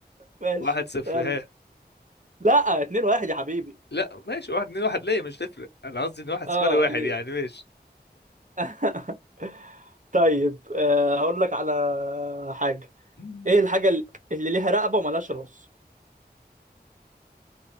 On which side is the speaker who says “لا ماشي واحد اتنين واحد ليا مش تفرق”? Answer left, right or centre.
Left